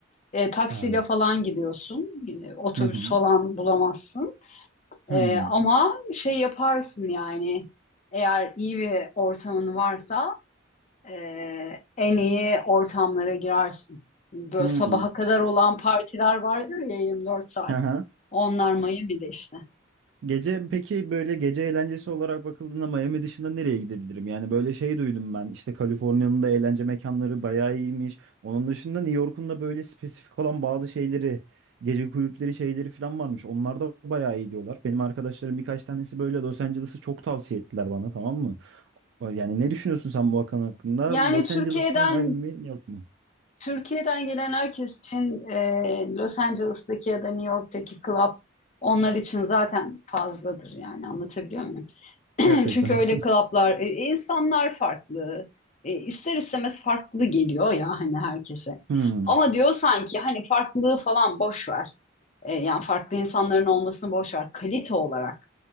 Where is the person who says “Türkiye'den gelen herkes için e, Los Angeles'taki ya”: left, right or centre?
Left